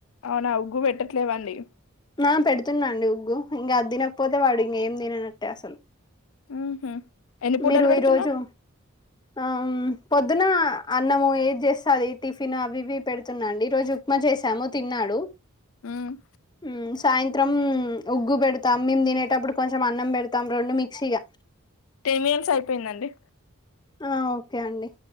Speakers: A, on the left (about 70°); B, on the left (about 20°).
A: అవునా ఉగ్గు పెట్టట్లేవండి
B: ఆ పెడుతున్నా అండి ఉగ్గు ఇంగ అది తినకపోతే వాడు ఇంగెం తిననట్టే అసలు
A: మ్ హు ఎన్ని పూటలు
B: మీరు
A: పెడుతున్నా
B: ఈరోజు ఆ పొద్దున అన్నము ఏది చేస్తే అది టిఫిన్ అవి ఇవి పెడుతున్న అండి ఈ రోజు ఉప్మా చేసాము తిన్నాడు
A: హమ్
B: హుమ్ సాయంత్రం ఉగ్గు పెడుతాం మేము తినేటప్పుడు కొంచెం అన్నం పెడుతాం రెండు మిక్సీగా
A: టెన్ మినిట్స్ అయిపోయిందండి
B: ఆ ఓకే అండి